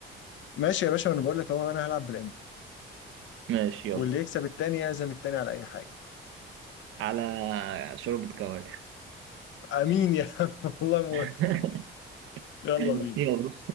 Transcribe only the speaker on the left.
ماشي يا باشا أنا بقول لك أهو أنا هلعب بالإنتر
واللي يكسب التاني يعزم التاني على أي حاجة
أمين يا عم <laughs> والله مو...
يلا
بينا